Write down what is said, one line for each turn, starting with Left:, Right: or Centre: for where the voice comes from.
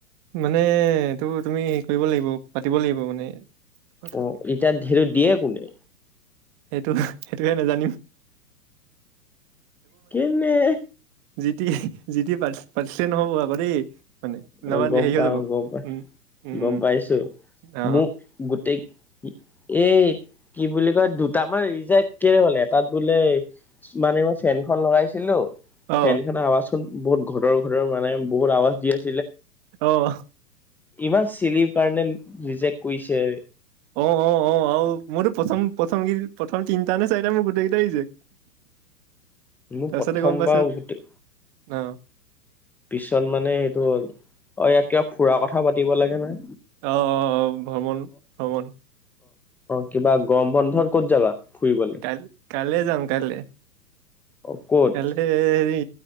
Right: মানে এইটো তুমি হেৰি কৰিব লাগিব পাতিব লাগিব মানে। কথা
Centre: অ এতিয়াত ধেটোত দিয়ে কোনে?
Right: সেইটো সেইটোহে নেজানিম।
Centre: কেনে?
Right: জিটি জিটি পাতি পাতিলে নহ'ব আকৌ দেই। মানে নহবা
Centre: অ গম
Right: হেৰি হৈ যাব
Centre: পাও গম পা
Right: উম উম
Centre: গম
Right: উম
Centre: পাইছো
Right: অ
Centre: মোক গোটেই এই কি বুলি কয় দুটামান ৰিল যে কেনে হলে তাত বোলে মানে মই ফেনখন লগাইছিলো
Right: অ
Centre: চেন খানে আৱাজ খন বহুত ঘতৰ ঘতৰ মানে বহুত আৱাজ দি আছে
Right: আহ
Centre: ইমান চিলিৰ কাৰণে ৰিজেক্ট কৰিছে
Right: অ অ অ অ মোৰতো প্ৰথম প্ৰথম কি প্ৰথম তিনিটা নে চাৰিটা মোৰ গোটেই কেইটা আহি চে
Centre: মোৰ
Right: তাৰপিছতে
Centre: প্ৰথমবাৰ
Right: গম পাইছো
Centre: গোটেই
Right: ন
Centre: পিছত মানে এইটো অ ইয়াত কিবা ফুৰা কথা পাতিব লাগে নহ
Right: অহ অ ভ্ৰমন ভ্ৰমণ
Centre: এইবাৰ গৰম বন্ধত ক'ত যাবা ফুৰিবলে
Right: কাল কাইলে যাম কাইলে
Centre: অ ক'ত
Right: কাইলে হেৰি